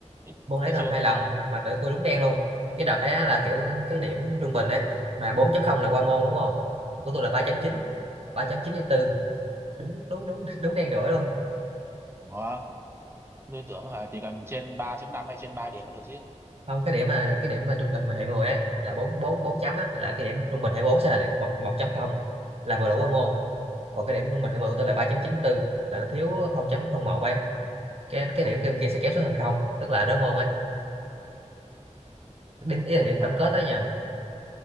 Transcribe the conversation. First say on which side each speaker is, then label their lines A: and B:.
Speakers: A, on the right; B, on the right.
A: thế,
B: môn đấy
A: thế
B: tôi
A: chưa
B: học hai
A: tôi
B: lần
A: nói rồi mà
B: mà tới tôi đúng đen luôn cái đợt đấy á là kiểu cái điểm trung bình đấy mà bốn chấm không là qua môn đúng không của tôi là ba ba chấm chín
A: Ừ.
B: ba chấm chín 3 tư đúng đúng đúng <laughs> đúng đen đuổi luôn
A: Ủa, tôi tưởng à, chỉ cần trên ba chấm năm hay trên 3 điểm là được chứ.
B: không cái điểm mà cái điểm mà trung bình mà hệ 10 ấy là 4 4 4 chấm á là cái điểm trung bình hệ 4 sẽ là điểm một một chấm không là vừa đủ qua môn còn cái điểm trung bình hệ 10 của tôi là ba chấm chín tư là nó thiếu không chấm không một ấy cái cái điểm kia kia sẽ kéo xuống thành không tức là rớt môn ấy điểm
A: Tôi,
B: ý
A: tôi,
B: là điểm
A: lần
B: tổng
A: nào
B: kết
A: tôi,
B: đó nha
A: tôi